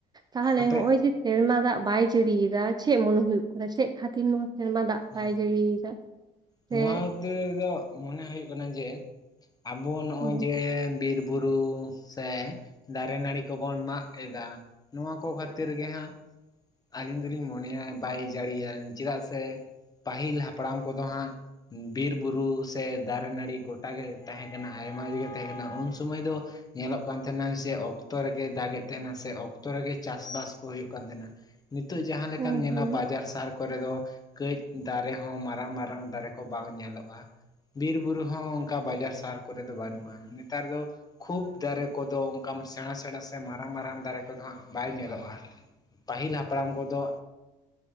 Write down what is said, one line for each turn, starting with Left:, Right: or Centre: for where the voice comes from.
Right: ᱛᱟᱦᱚᱞᱮ
Left: ᱟᱯᱮ
Right: ᱦᱚᱸᱜᱼᱚᱭ ᱡᱮ ᱥᱮᱨᱢᱟ ᱫᱟᱜ ᱵᱟᱭ ᱡᱟᱹᱲᱤᱭᱮᱫᱟ ᱪᱮᱫ ᱢᱚᱱᱮ ᱦᱩᱭᱩᱜ ᱠᱟᱱᱟ ᱪᱮᱫ ᱠᱷᱟᱹᱛᱤᱨ ᱱᱚᱶᱟ ᱥᱮᱨᱢᱟ ᱫᱟᱜ
Left: ᱦ
Right: ᱵᱟᱭ ᱡᱟᱹᱲᱤᱭᱮᱫᱟ ᱥᱮ
Left: ᱱᱚᱣᱟ ᱦᱚᱛᱮ ᱫᱚ ᱢᱚᱱᱮ ᱦᱩᱭᱩᱜ ᱠᱟᱱᱟ ᱡᱮ ᱟᱵᱚ ᱱᱚᱜᱼᱚᱭ
Right: ᱦᱩᱸ
Left: ᱡᱮ ᱵᱤᱨᱵᱩᱨᱩ ᱥᱮ ᱫᱟᱨᱮ ᱱᱟᱹᱲᱤ ᱠᱚᱵᱚᱱ ᱢᱟᱜ ᱮᱫᱟ ᱱᱚᱣᱟ ᱠᱚ ᱠᱷᱟᱹᱛᱤᱨ ᱜᱮ ᱦᱟᱸᱜ ᱟᱹᱞᱤᱧ ᱫᱚᱞᱤᱧ ᱢᱚᱱᱮᱭᱟ ᱵᱟᱭ ᱡᱟᱹᱲᱤᱭᱟᱱ ᱪᱮᱫᱟᱜ ᱥᱮ ᱯᱟᱹᱦᱤᱞ ᱦᱟᱯᱲᱟᱢ ᱠᱚᱫᱚ ᱦᱟᱸᱜ ᱵᱤᱨᱵᱩᱨᱩ ᱥᱮ ᱫᱟᱨᱮ ᱱᱟᱹᱲᱤ ᱜᱚᱴᱟᱜᱮ ᱛᱟᱦᱮᱸ ᱠᱟᱱᱟ ᱟᱭᱢᱟ ᱡᱟᱜᱮ ᱛᱟᱦᱮᱸ ᱠᱟᱱᱟ ᱩᱱ ᱥᱚᱢᱚᱭ ᱫᱚ ᱧᱮᱞᱚᱜ ᱠᱟᱱ ᱛᱟᱦᱮᱱᱟ ᱡᱮ ᱚᱠᱛᱚ ᱨᱮᱜᱮ ᱫᱟᱜ ᱮᱫ ᱛᱟᱦᱮᱱᱟ ᱥᱮ ᱚᱠᱛᱚ ᱨᱮᱜᱮ ᱪᱟᱥᱼᱵᱟᱥ ᱠᱚ ᱦᱩᱭᱩᱜ ᱠᱟᱱ ᱛᱟᱦᱮᱱᱟ ᱾ ᱱᱤᱛᱚᱜ ᱡᱟᱦᱟᱸ ᱞᱮᱠᱟᱢ
Right: ᱦᱩᱸ
Left: ᱧᱮᱞᱟ
Right: ᱦᱩᱸ
Left: ᱵᱟᱡᱟᱨ ᱥᱟᱨᱠ ᱠᱚᱨᱮ ᱫᱚ ᱠᱟᱹᱡ ᱫᱟᱨᱮ ᱦᱚᱸ ᱢᱟᱨᱟᱝ ᱢᱟᱨᱟᱝ ᱫᱟᱨᱮ ᱠᱚ ᱵᱟᱝ ᱧᱮᱞᱚᱜᱼᱟ ᱾ ᱵᱤᱨ ᱵᱩᱨᱩ ᱦᱚᱸ ᱚᱱᱠᱟ ᱵᱟᱡᱟᱨ ᱥᱟᱨ ᱠᱚᱨᱮ ᱫᱚ ᱵᱟᱹᱱᱩᱜᱼᱟ ᱱᱮᱛᱟᱨ ᱫᱚ ᱠᱷᱩᱵᱽ ᱫᱟᱨᱮ ᱠᱚᱫᱚ ᱚᱱᱠᱟᱱ ᱥᱮᱬᱟ ᱥᱮᱬᱟ ᱥᱮ ᱢᱟᱨᱟᱝ ᱢᱟᱨᱟᱝ ᱫᱟᱨᱮ ᱠᱚᱫᱚ ᱦᱟᱸᱜ ᱵᱟᱭ ᱧᱮᱞᱚᱜᱼᱟ ᱾ ᱯᱟᱹᱦᱤᱞ ᱦᱟᱯᱲᱟᱢ ᱠᱚᱫᱚ